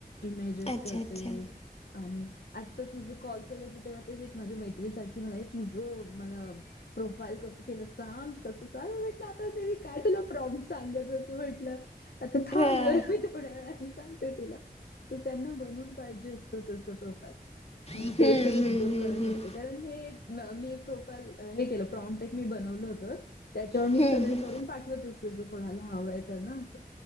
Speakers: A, on the left (about 75°); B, on the left (about 40°).
A: इमेजेस
B: अच्छा
A: करते
B: अच्छा
A: आणि आत्ता तुझं कॉल चालवत तेव्हा तेच एक माझ्या मैत्रीसारखी मला तुझ मला प्रोफाईल कसं केलं सांग कसं सांग म्हटलं आता तरी काय तुला प्रॉब् सांगत बसू म्हटलं आता थांब
B: हां
A: जरा, मी थोड्या वेळाने सांगते तुला. तर त्यांना बनवून पाहिजे असं छोटंसं प्रभात, म्हणून
B: हम्म
A: ते सगळे
B: हम्म
A: उद्योग
B: हम्म
A: करत
B: हम्म
A: असते, कारण हे मी एक प्रोफाईल, हे एक प्रॉमटेक मी बनवलं होतं त्याच्यावर मी
B: हम्म
A: सगळे
B: हम्म
A: करून, पाठवत असते. जसं कोणाला हवं आहे त्यांना, असं